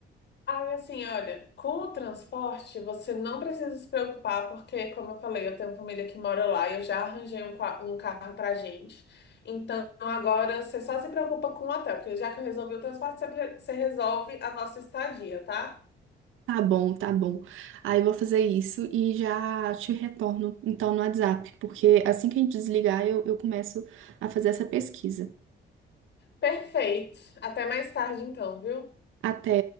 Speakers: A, on the left; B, on the right.
A: Aí assim, olha, com o transporte você não precisa se preocupar, porque como eu falei, eu tenho família que mora lá e eu já arranjei um, qua- um carro pra gente. Então agora você só se preocupa com o hotel, porque já que eu resolvi o transporte, você pre- você resolve a nossa estadia, tá?
B: Tá bom, tá bom. Aí eu vou fazer isso e já te retorno, então, no WhatsApp, porque assim que a gente desligar, eu eu começo a fazer essa pesquisa.
A: Perfeito. Até mais tarde, então, viu?
B: Até.